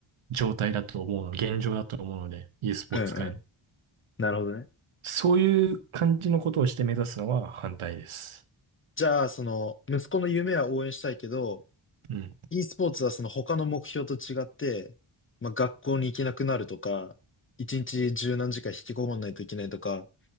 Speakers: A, on the right (about 75°); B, on the left (about 25°).
A: 状態だと思うの、現状だと思うので、e スポーツ界の。
B: うん、うん。なるほどね。
A: そういう感じのことをして目指すのは反対です。
B: じゃあ、その、息子の夢は応援したいけど、
A: うん。
B: e スポーツはその他の目標と違って、まあ、学校に行けなくなるとか、一日十何時間引きこもんないといけないとか、